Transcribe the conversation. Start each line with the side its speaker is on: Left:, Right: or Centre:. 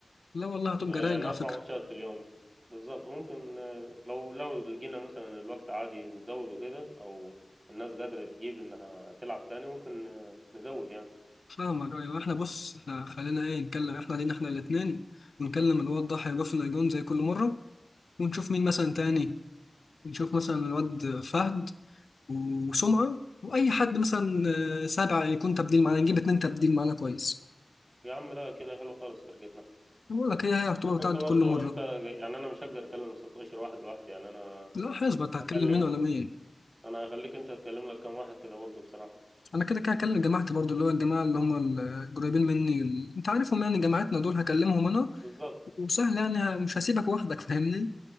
Left: لا والله هتبقى
Right: يعني
Left: رايق على
Right: اربع
Left: فكره
Right: ماتشات في اليوم بالظبط وممكن آه، لو لو لقينا مثلا الوقت عادي نزوده كده او الناس قادره تجيب انها تلعب تاني ممكن آه، نزود يعني
Left: فاهمك ايوه احنا بص احنا خلينا ايه نتكلم احنا علينا احنا الاثنين ونكلم الواد ضحى يقف لنا جون زي كل مره ونشوف مين مثلا تاني نشوف مثلا الواد فهد وسمعه واي حد مثلا آه، سابع يكون تبديل معانا نجيب اتنين تبديل معانا كويس
Right: يا عم لا كده حلو خالص فرقتنا
Left: بقول لك هي هي الرطوبه
Right: بس
Left: بتاعت
Right: انت برضو
Left: كل مره
Right: انت يعني انا مش هقدر اكلم ال 16 واحد لوحدي يعني انا
Left: لا حسبة هتكلم
Right: هكلم
Left: مين ولا مين
Right: انا هخليك انت تكلم لك كام واحد كده برضو بصراحة
Left: انا كده كده هكلم جماعتي برضو اللي هو الجماعه اللي هم القريبين مني ال- انت عارفهم يعني جماعتنا دول هكلمهم انا
Right: بالظبط
Left: وسهل يعني ه- مش هسيبك وحدك فاهمني